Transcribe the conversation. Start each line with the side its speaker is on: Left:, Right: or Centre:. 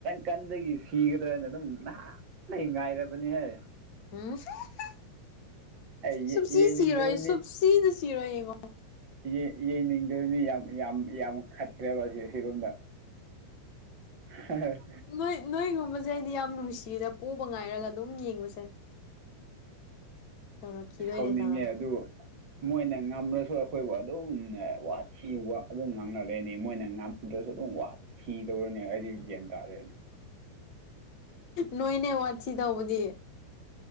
Right: ꯀꯟꯗꯒꯤ ꯁꯤꯒꯗ꯭ꯔꯅ ꯑꯗꯨꯝꯍ ꯉꯥꯏꯔꯕꯅꯦꯍꯦ
Left: ꯎꯝ <unintelligible>
Right: ꯑꯩ
Left: ꯁꯨꯞꯁꯤ
Right: ꯌꯩꯅꯤꯡꯗꯕ
Left: ꯁꯤꯔꯣꯏ ꯁꯨꯞꯁꯤꯖꯨ ꯁꯤꯔꯣꯏ ꯌꯦꯡꯉꯣ ꯀꯣ
Right: ꯌꯦꯡ ꯌꯦꯡꯅꯤꯡꯗꯅꯤ ꯌꯥꯝ ꯌꯥꯝ ꯌꯥꯝ ꯈꯠꯈ꯭ꯔꯦꯕ ꯑꯁꯤ ꯑꯁꯤꯔꯣꯝꯗ <unintelligible>
Left: ꯅꯣꯏ ꯅꯣꯏꯒꯨꯝꯕꯁꯦ ꯑꯩꯗꯤ ꯌꯥꯝ ꯅꯨꯡꯁꯤꯌꯦꯗ ꯄꯣꯕ ꯉꯥꯏꯔꯒ ꯑꯗꯨꯝ ꯌꯦꯡꯕꯁꯦ ꯇꯧꯔꯛꯈꯤꯗꯣꯏꯅꯦ
Right: ꯁꯧꯅꯤꯡꯉꯦ
Left: ꯇꯧꯔꯛꯈꯤ
Right: ꯑꯗꯨ ꯃꯣꯏꯅ ꯉꯝ꯭ꯔꯁꯨ ꯑꯩꯈꯣꯏꯕꯨ ꯑꯗꯨꯝ ꯋꯥꯊꯤ ꯋꯥ ꯑꯗꯨꯝ ꯉꯥꯡꯅꯔꯅꯤ ꯃꯣꯏꯅ ꯉꯝꯗ꯭ꯔꯁꯨ ꯑꯗꯨꯝ ꯋꯥ ꯐꯤꯗꯧꯔꯅꯦ ꯑꯩꯗꯤ ꯒ꯭ꯌꯥꯟ ꯇꯥꯗꯔꯅꯦ
Left: ꯅꯣꯏꯅꯦ ꯋꯥꯊꯤ ꯇꯧꯕꯗꯤ